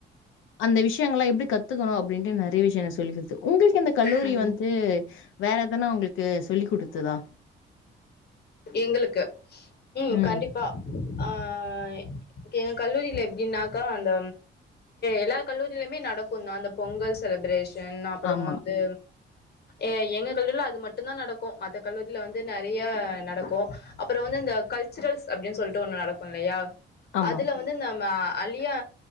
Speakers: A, on the left; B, on the left.
A: அந்த விஷயங்களாம் எப்படி கத்துக்கணும் அப்படின்ட்டு நிறைய விஷயம் நான் சொல்லிகொடுத்தேன் உங்களுக்கு அந்த கல்லூரி
B: ம்
A: வந்து வேற எதானா உங்களுக்கு சொல்லிக் கொடுத்ததா
B: எங்களுக்கு உம்
A: ம்.
B: கண்டிப்பா ஆஹ் எங்க கல்லூரியில எப்படின்னாக்கா அந்த எல்லா கல்லூரியிலயுமே நடக்கும் தான் அந்த பொங்கல் செலப்ரேஷ் சன் அப்புறம்
A: ஆமா,
B: வந்து எ எங்க கல்லூரில அது மட்டும் தான் நடக்கும் மத்த கல்லூரில வந்து நிறைய நடக்கும் அப்புறம் வந்து இந்த கல்சுரல்ஸ் அப்படின்னு சொல்லிட்டு ஒண்ணும் நடக்கும் இல்லையா
A: ஆமா.
B: அதுல வந்து நம்ம அழியா